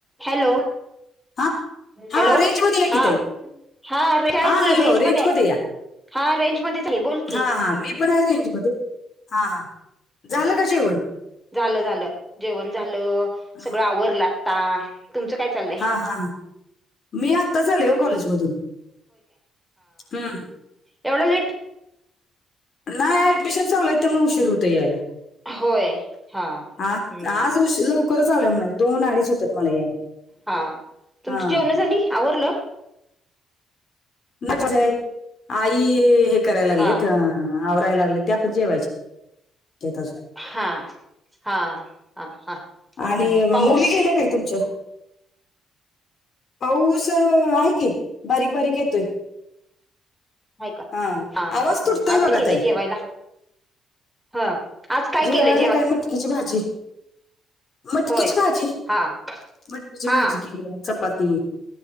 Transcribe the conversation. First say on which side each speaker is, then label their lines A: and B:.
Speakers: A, in the centre; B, on the left.
A: Hello.
B: हां हां
A: hello
B: रेंजमध्ये या
A: हा,
B: की ताई
A: हा रेंज आहे
B: हां
A: की,
B: हॅलो
A: रेंज
B: रेंजमध्ये
A: मध्ये हाय. हा रेंजमध्येच आहे, बोल.
B: हा, हा मी पण आहे रेंज मध्ये. हा, हा
A: हा
B: झालं का जेवण?
A: झालं, झालं जेवण झालं,
B: हां
A: सगळं आवरल आता, तुमचं काय चाललंय
B: हा, हा, हा मी आत्ताच आले वो कॉलेजमधून, हम्म.
A: एवढा लेट?
B: नाही ऍडमिशन चालू हाय त्यामुळं उशीर होतोय यायला,
A: होय हा हम्म
B: आ, आज हु लवकरच आलीया म्हणायचं. दोन -अडीच होतात मला यायला
A: हा, तुमची
B: हां
A: जेवण झाली? आवरलं?
B: नाही कसंय, आई हे करायला लागलेत
A: हा
B: आवरायला लागलेत त्या पण जेवायचे. <unintelligible>
A: हा, हा. <unintelligible>
B: आणि म
A: पाऊस
B: मुली गेल्या नाहीत तुमच्या? पाऊस आहे की, बारीक-बारीक येतोय.
A: आहे का
B: हा, आवाज
A: हा
B: तुटतोय
A: आज
B: बघा
A: काय केलंय
B: ताई.
A: जेवायला ह आज काय
B: जेवायला
A: केलंय
B: काय मटकीची भाजी. मटकीची
A: होय
B: भाजी,
A: हा
B: मटकीची
A: हा
B: भाजी केलीया चपाती.